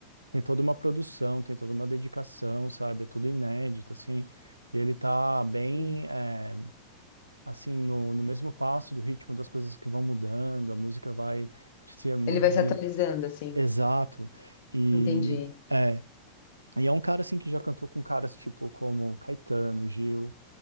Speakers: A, on the right; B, on the left.
A: tem toda uma produção, tem toda uma dedicação, sabe, é tudo inédito, assim, e ele tá bem,
B: Sim.
A: é, assim, no, no mesmo passo do ritmo das coisas que vão mudando, a música vai se modernizando,
B: Ele vai se atualizando, assim.
A: exato, e
B: Entendi.
A: é, e é um cara, assim, que já cantou com caras tipo como Caetano, Gil,